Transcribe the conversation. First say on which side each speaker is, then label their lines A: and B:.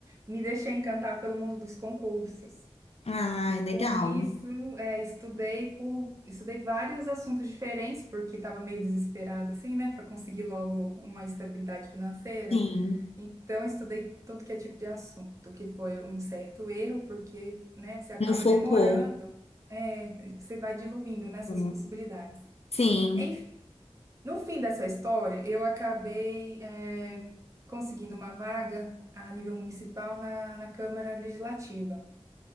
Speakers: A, on the right; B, on the left.
A: me deixei encantar pelo mundo dos concursos.
B: Ah,
A: E com
B: legal.
A: isso, é, estudei por, estudei vários assuntos diferentes, porque estava meio desesperada, assim, né, para conseguir logo uma estabilidade financeira.
B: Sim,
A: Então, estudei tudo que é tipo de assunto, que foi um certo erro, porque, né, você acaba
B: não focou.
A: demorando, é, você vai diluindo, né, suas
B: É.
A: possibilidades.
B: Sim.
A: Enfim, no fim dessa história, eu acabei, é, conseguindo uma vaga a nível municipal na na Câmara Legislativa.